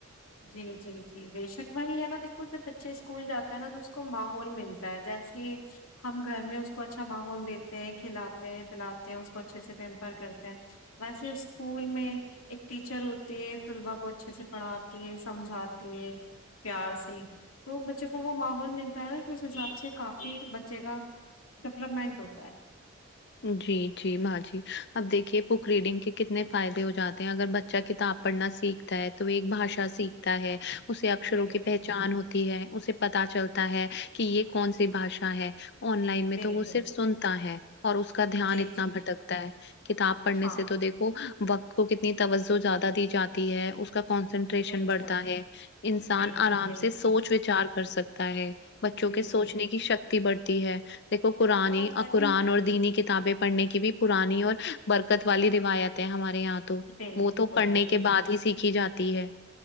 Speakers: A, on the left; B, on the left.
A: جی جی جی بے شک وہی ہے نا دیکھو جب بچے اسکول جاتا ہے نا تو اس کو ماحول ملتا ہے جیسے ہم گھر میں اس کو اچھا ماحول دیتے ہیں کھلاتے ہیں پلاتے ہیں اس کو اچھے سے پیمپر کرتے ہیں ویسے اسکول میں ایک ٹیچر ہوتی ہے طلباء کو اچھے سے پڑھا تی ہے سمجھاتی ہے پیار سے تو بچے کو وہ ماحول ملتا ہے کی اس حساب سے کافی بچے کا ڈیولپمنٹ ہوتا ہے
B: جی جی باجی اب دیکھیے بک ریڈنگ کے کتنے فائدے ہو جاتے ہیں اگر بچہ کتاب پڑھنا سیکھ تا ہے تو ایک بھشا سیکھتا ہے اسے اکشروں
A: بالکل
B: کی پہچان ہوتی ہے اسے پتہ چلتا ہے کی یے کون سی بھاشا ہے آن لائن میں
A: بالکل
B: تو وہ صرف سنتا ہے اور اس کو کا دھیان
A: جی
B: اتنا
A: جی
B: بھٹکتا ہے کتاب پڑھنے
A: ہاں
B: سے تو دیکھ کھو وقت کو کتنی توجہ زیادہ دی جاتی ہے اس کا کونسن ٹریشن
A: بالکل
B: بڑھتا ہے انسان
A: بالکل
B: آرام
A: بالکل
B: سے سوچ وچار کر سکتا ہے بچوں
A: جی
B: کے سوچنے
A: جی
B: کی شکتی بڑھتی ہے دیکو قرانی
A: ہاں
B: آ
A: وہی
B: قرآن اور دینی کتابیں پڑھنے کی بھی پرانی اور برکت والی روایت ہے ہمارے یہاں تو
A: بالکل
B: وہ تو پڑھنے
A: بالکل
B: کے بعد ہی سیکھی جاتی ہے